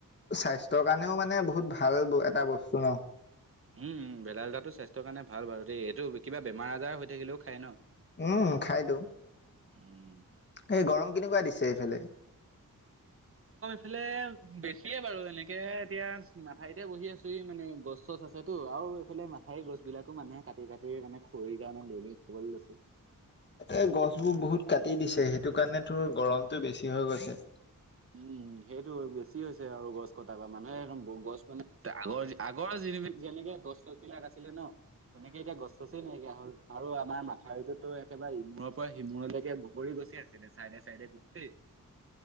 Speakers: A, on the left; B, on the right.
A: স্বাস্থ্যৰ কাৰণেও মানে বহুত ভা ভাল এটা বস্তু ন
B: উম উম ভেদাইলতাটো স্বাস্থ্যৰ কাৰণে ভাল বাৰু দেই এইটো কিবা বেমাৰ আজাৰ হৈ থাকিলেও খায় ন
A: উম খাই দিওঁ
B: উম
A: এই গৰম কেনেকুৱা দিছে এইফালে
B: এফালে বেছিয়ে বাৰু এনেকে এতিয়া মাথাউৰিতে বহি আছো হি মানে গছ চছ আছেতো আও আও এইফালে মাথাউৰিৰ গছ বিলাকো মানুহে কাটি কাটি মানে খৰিৰ কাৰণে লৈ লৈ যাবলৈ লৈছে
A: এ গছ বোৰ বহুত কাটি দিছে সেই সেইটো কাৰণে তোৰ গৰমটো বেছি হৈ গৈছে
B: উম, সেইটো বেছি হৈছে আৰু গছ কটা বা মানুহে একম গছ মানে আগৰ আগৰ যেনেকে গছ চছ বিলাক আছিলে ন তেনেকে এতিয়া গছ চছে নাইকিয়া হ'ল। আৰু আমাৰ মাথাউৰিটোতো একেবাৰে ইমূৰৰ পৰা সিমূৰলৈকে বগৰী গছে আছিলে চাইডে চাইডে গোটেই